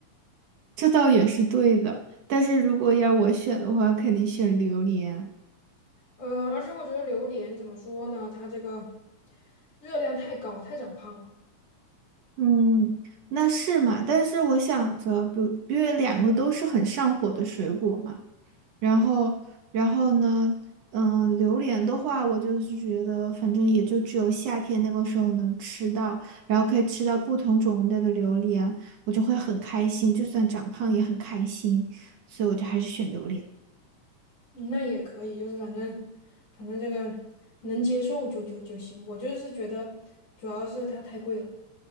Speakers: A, on the right; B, on the left.
A: 这倒也是对的，但是如果要我选的话，肯定选榴莲。
B: 嗯，而且我觉得榴莲怎么说呢，它这个热量太高，太长胖了。
A: 嗯，那是嘛？但是我想着，比如因为两个都是很上火的水果嘛。然后，然后呢，嗯，榴莲的话，我就是觉得，反正也就只有夏天那个时候能吃到，然后可以吃到不同种类的榴莲，我就会很开心，就算长胖也很开心，所以我就还是选榴莲。
B: 嗯那也可以，就是反正反正这个能接受就就就行。我就是觉得主要是它太贵了，